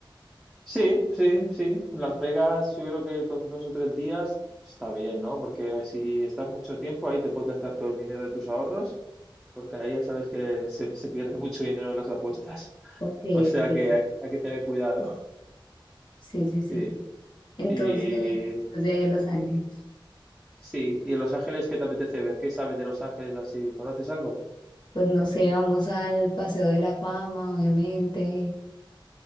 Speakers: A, in the centre; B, on the left.
A: Sí, sí, sí. Las Vegas, yo creo que con dos o tres días está bien, ¿no? Porque si estás mucho tiempo ahí te puedes gastar todo el dinero de tus ahorros, porque ahí ya sabes que se, se pierde mucho dinero en las apuestas. <laughs>
B: Porque
A: O sea
B: pues,
A: que hay, hay que tener cuidado.
B: sí, sí, sí.
A: Sí,
B: Entonces,
A: y,
B: pues de Los
A: y-
B: Ángeles.
A: sí, y en Los Ángeles, ¿qué te apetece ver? ¿Qué sabes de Los Ángeles así? ¿Conoces algo?
B: Pues no sé, vamos al Paseo de la Fama, obviamente.